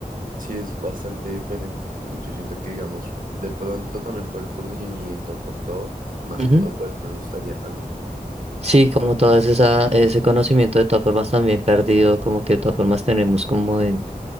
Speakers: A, on the right (about 65°); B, on the right (about 45°).
A: Sí, es bastante diferente. Yo siento que, digamos, de pronto también por el conocimiento, por todo, más
B: Ujú.
A: que todo, pues me gustaría también.
B: Sí, como todo esa, ese conocimiento de todas formas también perdido, como que de todas formas tenemos como en,